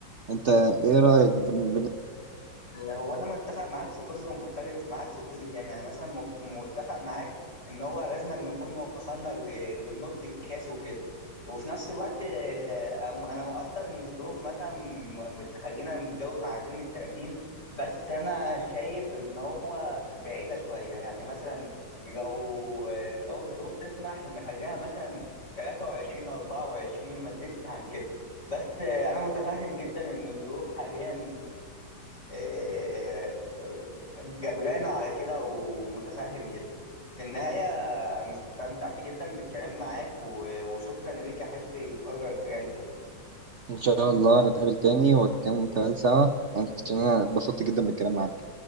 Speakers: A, on the right; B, on the left.
A: انت ايه رايك بن- بن-
B: هو انا متفق معاك في جزء ومختلف معاك في جزء تاني يعني مثلا مخت- متفق معاك ان هو لازم نكون وصلنا ل- للنضج الكافي وكده وفي نفس الوقت آه، انا أنا مقدر ان الظروف مثلا م- بتخلينا نتجوز على سن ال 30 بس انا شايف ان هو بعيدة شوية يعني مثلا لو آه، لو الظروف تسمح نخليها مثلا 23 24 ما تزيدش عن كده بس آه، انا متفهم جدا ان الظروف حاليا آه، جبران على كده ومتفهم جدا في النهاية أنا استمتعت جدا بالكلام معاك و- وشكرا ليك أحب يتكرر الكلام تاني
A: ان شاء الله نتقابل تاني ونكمل كلام سوا عشان انا اتبسطت جدا بالكلام معاك